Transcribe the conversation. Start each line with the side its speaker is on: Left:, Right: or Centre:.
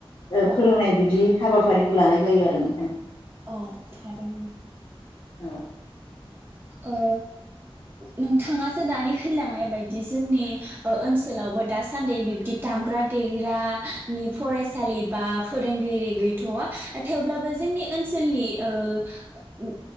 Left: ओ
Right: औ
Left: फोरोंनाय बिदि हाबाफारिखौ लानाय जायो आरो जों
Right: औ थादों
Left: औ
Right: ओ नोंथाङासो दानि होनलांनाय बायदि जोंनि ओ-ओनसोलावबो दासान्दि बिब्दि दामग्रा देग्रानि फरायसालि बा फोरोंगिरि गैथवा थेवब्लाबो जोंनि ओनसोलनि ओ